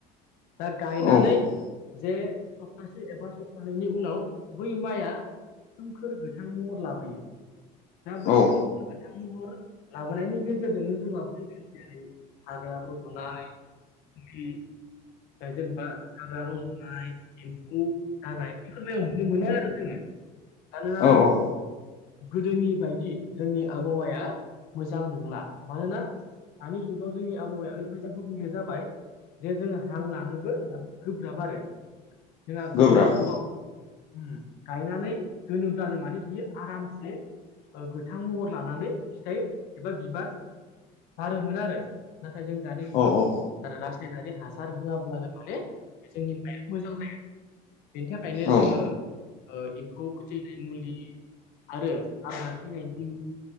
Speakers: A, on the left; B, on the left.
A: दा गायनानै
B: औ
A: जे सप्तासे एबा सप्तानैनि उनाव बै माइआ सोमखोर गोथां महर लाबोयो। दा बै
B: औ
A: समखौ गोथां महर लाबोनायनि गेजेरजोंनो जोंहा फैखायो। जेरै हाग्रा रज'ना मुलि जेनेबा हागा रज'नाय, एम्फौ जानाय बेफोरनो नुनो मोनो आरो जोङो। मानोना
B: औ औ
A: गोदोनि बायदि जोंनि आबहावाया मोजां नंला। मानोना दानि जुगाव जोंनि आबहावाया ओरैबायदि गुबुंले जाबो बाय जे जोङो हां लानोबो गोब्राब आरो जोंहा गोदोनि
B: गोब्राब
A: समाव उम गायनानै दोनोब्लानो माने बियो आरामसे गोथां महर लानानै फिथाइ एबा बिबार गारोमोन आरो। नाथाय जों दानि जुगाव
B: औ औ
A: रासायनारि हासार होआब्लानो माने जोंनि माया मोजां जाया। बेनि थाखायनो जोंङो
B: औ
A: एम्फौ फोथैनाय मुलि आरो हाग्रा थैनायनि